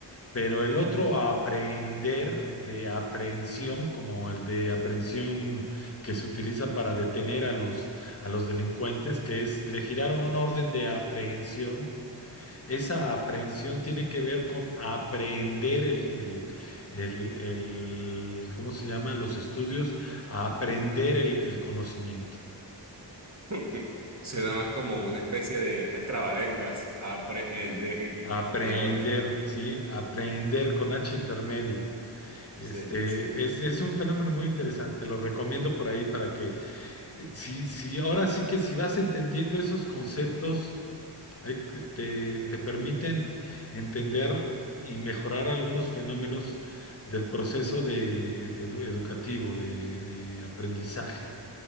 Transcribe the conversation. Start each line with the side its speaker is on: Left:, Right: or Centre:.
Left: Pero el otro aprehender de aprehensión, como el de aprehensión que se utiliza para detener a los, a los delincuentes, que es, le giraron una orden de aprehensión. Esa aprehensión tiene que ver con aprender el, el, el, el- ¿cómo se llama? Los estudios, a aprender el, el conocimiento.
Right: <laughs> Suena más como una especie de, de trabalenguas, aprender y,
Left: Aprender,
Right: y el otro.
Left: sí, aprender con H intermedia. Este,
Right: Sí, sí.
Left: es, es un fenómeno muy interesante, lo recomiendo por ahí para que eh, Sí, sí, ahora sí que si vas entendiendo esos conceptos, ahí te, te te permiten entender y mejorar algunos fenómenos del proceso de, de edu- educativo, de, de aprendizaje.